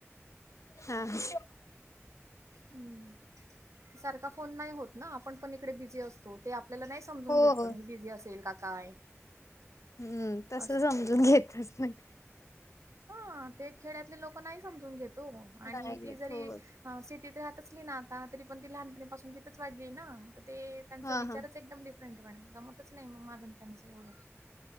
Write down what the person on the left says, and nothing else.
हा, हा
हो
हो.
हम्म तस
समजून घेतच नाही
नाही
घेत
हो.
हा
हा